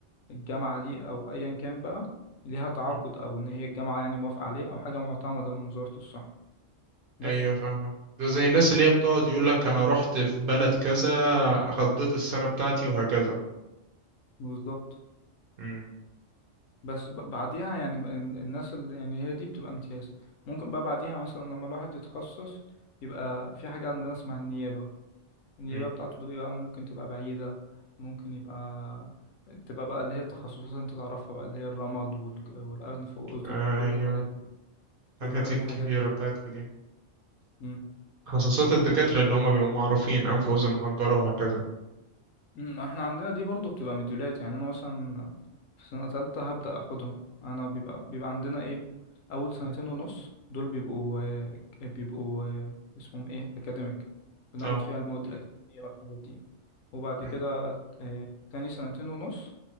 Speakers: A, on the left; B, on the right.
A: الجامعة دي أو أيا كان بقى ليها تعاقد
B: مم.
A: أو إن هي الجامعة يعني موافقة عليه أو حاجة معتمدة من وزارة الصحة بس
B: ايوه فاهمك ده زي الناس اللي هي بتقعد يقول لك انا رحت في بلد كذا قضيت السنة بتاعتي وهكذا
A: بالظبط
B: امم
A: بس ب- بعديها يعني ب- ال- الناس اللي يعني هي دي بتبقى امتياز ممكن بقى بعديها مثلا لما الواحد يتخصص يبقى في حاجة عندنا اسمها النيابة النيابة
B: امم
A: بتاعته دي بقى ممكن تبقى بعيدة ممكن يبقى تبقى بقى اللي هي التخصصات اللي انت تعرفها بقى اللي هي الرمد والج- والأنف والأذن
B: ايوه
A: وكل الحاجات دي
B: الحاجات
A: كل بقى
B: الكبيرة
A: دي حاجات
B: بتاعتكم دي
A: مم.
B: خصوصات الدكاترة اللي هم بيبقوا معروفين انف واذن وحنجرة وهكذا
A: مم، احنا عندنا دي برضو بتبقى مديولات يعني انا مثلا في سنة تالتة هبدأ اخدهم انا بيبقى بيبقى عندنا ايه اول سنتين
B: مم.
A: ونص دول بيبقوا آه، بيبقوا آه، اسمهم ايه اكاديميك بناخد
B: اه
A: فيها المواد الاكاديمية والحاجات دي وبعد
B: امم
A: كده آه، تاني سنتين ونص